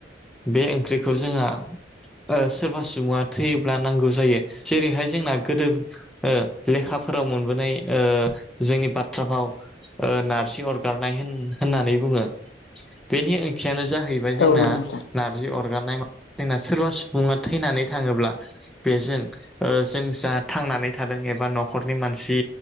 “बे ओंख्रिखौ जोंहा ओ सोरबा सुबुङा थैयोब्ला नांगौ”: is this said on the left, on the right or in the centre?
Centre